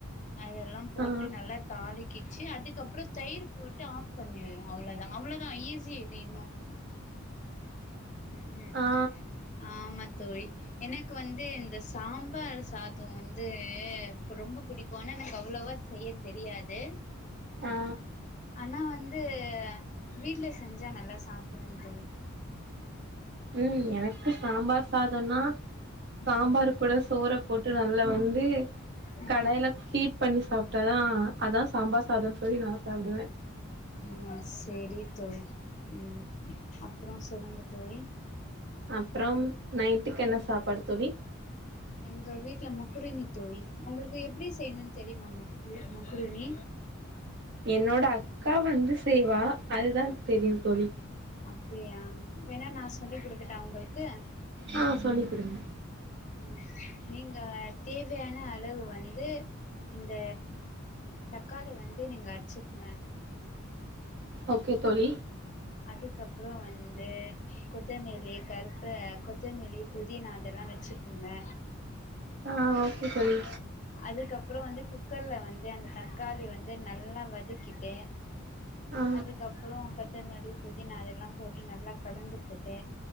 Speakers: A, on the left; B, on the right.
A: அதெல்லாம் போட்டு
B: ஆ
A: நல்லா தாளிக்கிச்சு அதுக்கப்பறம் அப்பறம் தயிர் போட்டு ஆஃப் பண்ணிவிடுவம் அவ்ளோதான் அவ்வளோதான் ஈஸியாக இது இன்னும் ம் ம்
B: ஆ
A: ஆ ம தோழி எனக்கு வந்து இந்த சாம்பார் சாதம் வந்து ரொம்ப பிடிக்கும் ஆனா எனக்கு அவ்வளவா செய்ய தெரியாது
B: ஆ
A: ஆனா வந்து வீட்டுல செஞ்சா நல்லா சாப்படுவேன் தோழி
B: ம் எனக்கு சாம்பார் சாதோனா சாம்பார்
A: ம்
B: கூட சோற போட்டு நல்லா வந்து
A: ம்
B: கடாயில ஹீட் பண்ணி சாப்பி அதான் அதான் சாம்பார் சாதனு சொல்லி நான் சாப்புடுவேன்
A: உஹம் செரிங்க தோழி உம் அப்புறம் சொல்லுங்க தோழி
B: அப்பறம் நைட்டுக்கு என்ன சாப்பாடு தோழி
A: எங்க வீட்டுல முகுருணி தோழி உங்களுக்கு எப்டி செய்யணும்னு தெரியுமா முகுருணி
B: என்னோட அக்கா வந்து செய்வா அதுதான் தெரியும் தோழி
A: அப்படியா வேணா நான சொ சொல்லி குடுக்கட்டா உங்களுக்கு
B: ஆ சொல்லி் குடுங்க
A: உம் நீங்க தேவையான அளவு வந்து இந்த தக்காளி வந்து நீங்க அரிச்சுக்குங்க
B: ஓகே தோழி
A: அதுக்க அப்புறம் வந்து கொத்தமேல் <inaudible> கொத்தமல்லி புதினா அதெல்லாம் வச்சு என்ன
B: ஆ ஓகே தோழி
A: அதுக்கப்புறம் வந்து குக் க்கர்ல வந்து அந்த தக்காளி வந்து நல்லா வதக்கிட்டு
B: ஆ
A: அதுக்கப்புறம் கட் கெத்தமல்லி புதினா அதெல்லாம் போட்டு நல்லா கலந்துகிட்டே